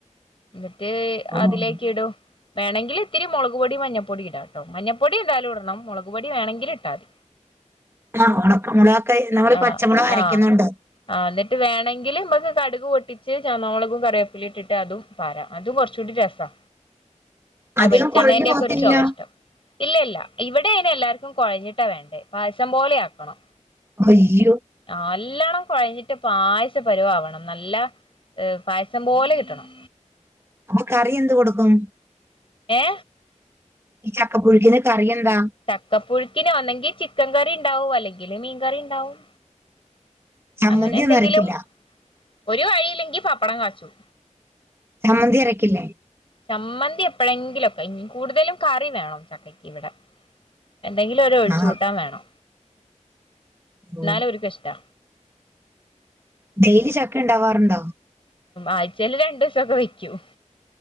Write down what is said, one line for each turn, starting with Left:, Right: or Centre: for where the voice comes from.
Left: ന്നിട്ട്
Right: ഓഹ്
Left: അതിലേക്ക് ഇടും. വേണെങ്കില്ത്തിരി മൊളക് പൊടി മഞ്ഞപ്പൊടി ഇടാട്ടോ മഞ്ഞപ്പൊടി എന്താലുംടണം മൊളക് പൊടി വേണെങ്കില് ഇട്ടാ മതി.
Right: ആഹ് ഉണക്കമൊളകൊക്കെ നമ്മള്
Left: ആഹ്
Right: പച്ചമൊളക് അരയ്ക്കുന്നോണ്ട്.
Left: ആഹ് ആഹ് ന്നിട്ട് വേണെങ്കില് മ്മക്ക് കടുക് പൊട്ടിച്ച് ചോന്നമൊളകും കറിവേപ്പിലിം ഇട്ടിട്ട് അതും പാരാ അതും കൊർചൂടി രസാ. ആ
Right: അധികം
Left: വെളിച്ചെണ്ണേന്റെ
Right: കൊഴിഞ്ഞു പോവത്തില്ലാ
Left: ഒക്കെ ഒരു ചൊവ ഇഷ്ടം ഇല്ല ഇല്ല ഇവടെ അയ്ന് എല്ലാർക്കും കൊഴഞ്ഞിട്ടാ വേണ്ടേ പായസം പോലെ ആക്കണം.
Right: അയ്യോ
Left: ആ നല്ലോണം കൊഴഞ്ഞിട്ട് പായസ പരുവാവണം നല്ല പായസം പോലെ കിട്ടണം.
Right: അപ്പൊ കറി എന്ത് കൊടുക്കും?
Left: ഏ
Right: ഈ ചക്കപ്പുഴുക്കിന് കറിഎന്താ?
Left: ചക്കപ്പുഴുക്കിന് ഒന്നെങ്കി ചിക്കൻ കറി ണ്ടാവും അല്ലെങ്കില് മീൻകറി ണ്ടാവും.
Right: ചമ്മന്തി
Left: അങ്ങനെ എന്തെങ്കിലും
Right: ഒന്നും അരക്കില്ല
Left: ഒരു വഴിയില്ലെങ്കി പപ്പടം കാച്ചും.
Right: ചമ്മന്തി അരക്കില്ലേ?
Left: ചമ്മന്തി എപ്പോഴെങ്കിലൊക്കെ കൂടുതലും കറി വേണം ചക്കക്ക് ഇവടെ. എന്തെങ്കിലു ഒരു ഒഴിച്ച്
Right: ആഹ്
Left: കൂട്ടാൻ വേണം.
Right: ഉം.
Left: ന്നാലും ഓര്ക്ക് ഇഷ്ട്ടാ.
Right: ഡെയിലി ചക്ക ണ്ടാവാറുണ്ടോ?
Left: ആഴ്ചെല് രണ്ടൂസൊക്കെ വെക്കും